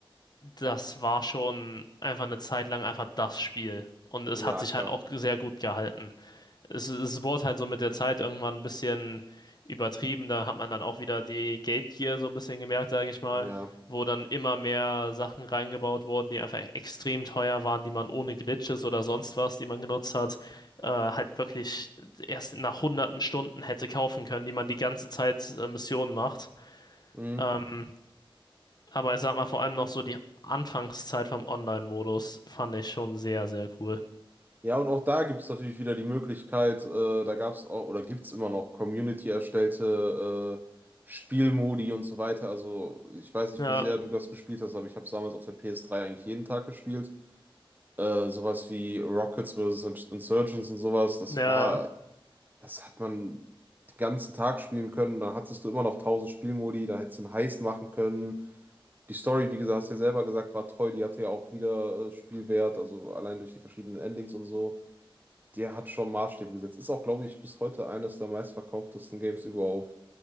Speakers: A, on the left; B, on the right.
A: das war schon einfach eine Zeit lang einfach das Spiel. Und es
B: ja,
A: hat sich
B: klar.
A: halt auch sehr gut gehalten es, es wurde halt so mit der Zeit irgendwann ein bisschen übertrieben. Da hat man dann auch wieder die Geldgier so ein bisschen gemerkt, sage ich mal,
B: Ja.
A: wo dann immer mehr Sachen reingebaut wurden, die einfach extrem teuer waren, die man ohne Glitches oder sonst was, die man genutzt hat, äh, halt wirklich erst nach hunderten Stunden hätte kaufen können, die man die ganze Zeit äh, Missionen macht.
B: Mhm.
A: Ähm, aber ich sag mal, vor allem noch so die Anfangszeit vom Online-Modus fand ich schon sehr, sehr cool.
B: Ja, und auch da gibt es natürlich wieder die Möglichkeit, äh, da gab es auch, oder gibt es immer noch Community-erstellte äh, Spielmodi und so weiter. Also ich weiß nicht,
A: Ja,
B: wie sehr du das gespielt hast, aber ich habe es damals auf der PS3 eigentlich jeden Tag gespielt. äh, sowas wie Rockets versus Insurgents und sowas, das
A: ja,
B: war, das hat man den ganzen Tag spielen können, da hattest du immer noch tausend Spielmodi, da hättest du einen Heist machen können. Die Story, wie gesagt, hast du ja selber gesagt, war toll, die hatte ja auch wieder äh, Spielwert, also allein durch die verschiedenen Endings und so. Der hat schon Maßstäbe gesetzt. Ist auch, glaube ich, bis heute eines der meistverkauftesten Games überhaupt,